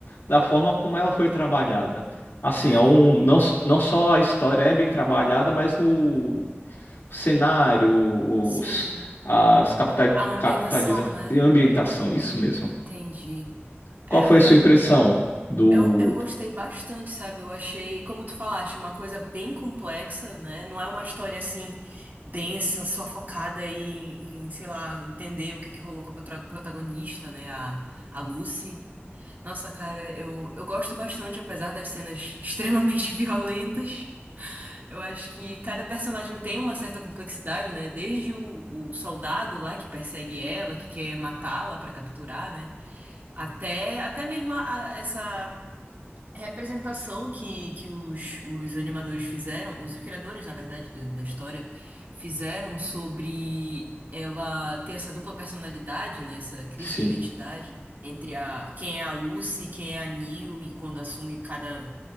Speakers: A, on the left; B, on the right.
A: da forma como ela foi trabalhada. Assim,
B: Caramba.
A: é um, não, s- não só a história é bem trabalhada, mas o cenário, os,
B: Sim.
A: as capita,
B: A ambientação,
A: capitaliza,
B: né?
A: ambientação, isso mesmo.
B: Entendi.
A: Qual
B: É,
A: foi
B: Eu, eu,
A: a sua impressão do.
B: eu, eu gostei bastante, sabe? Eu achei, como tu falaste, uma coisa bem complexa, né? Não é uma história assim densa, só focada em, em, sei lá, entender o que que rolou com a prota- protagonista, né? A, a Lucy. Nossa, cara, eu, eu gosto bastante, apesar das cenas extremamente <laughs> violentas. Eu acho que cada personagem tem uma certa complexidade, né? Desde o, o soldado lá que persegue ela, que quer matá-la pra capturar, né? Até, até mesmo a- a- essa representação que, que os, os animadores fizeram, os criadores, na verdade, do- da história, fizeram sobre ela ter essa dupla personalidade, né? Essa crise
A: Sim,
B: de identidade entre a, quem é a Lucy, quem é a Neil, e quando assume cada,